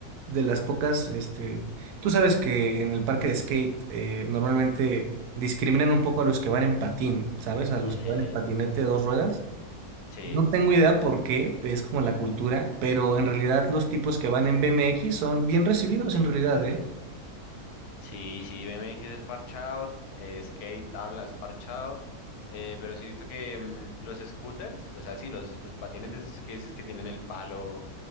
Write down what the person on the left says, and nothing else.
<laughs>
Sí.
Sí, sí, BMX es parchado, eh, skate, tabla es parchado, eh, pero sí he visto que mm, los scooters, o sea, sí, los, los patinetes esos que dices que tienen el palo,